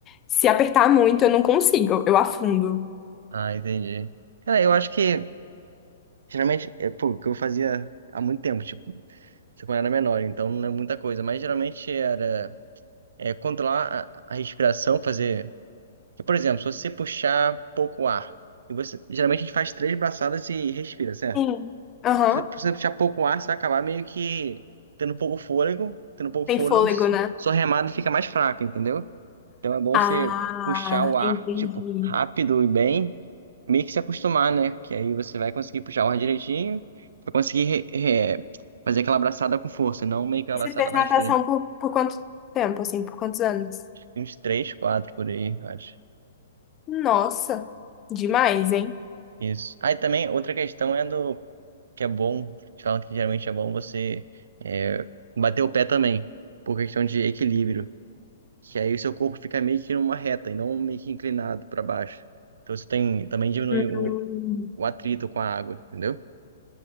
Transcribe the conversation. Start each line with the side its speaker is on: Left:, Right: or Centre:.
Left: se apertar muito eu não consigo, eu afundo.
Right: Ah, entendi. Cara, eu acho que geralmente é pô, o que eu fazia há muito tempo, tipo, quando eu era menor, então não é muita coisa, mas geralmente era é, controlar a, a respiração, fazer. que, Por exemplo, se você puxar pouco ar, e você, geralmente a gente faz três braçadas e respira, certo?
Left: Sim. Aham.
Right: Se você puxar pouco ar, você vai acabar meio que tendo pouco fôlego, tendo pouco
Left: Tem
Right: fôlego,
Left: fôlego,
Right: su-
Left: né?
Right: sua remada fica mais fraca, entendeu? Então é bom
Left: Ah,
Right: você puxar o ar,
Left: entendi.
Right: tipo, rápido e bem, meio que se acostumar, né? Que aí você vai conseguir puxar o ar direitinho, vai conseguir re- re- fazer aquela abraçada com força, e não meio que uma
Left: E
Right: abraçada
Left: você fez
Right: mais
Left: natação
Right: firme.
Left: por, por quanto tempo, assim, por quantos anos?
Right: Uns três, quatro por aí, eu acho.
Left: Nossa, demais, hein?
Right: Isso. Aí também, outra questão é do que é bom, eles falam que geralmente é bom você é, bater o pé também, por questão de equilíbrio. Que aí o seu corpo fica meio que numa reta e não meio que inclinado para baixo. Então você tem, também diminui
Left: Hum,
Right: o o atrito com a água, entendeu?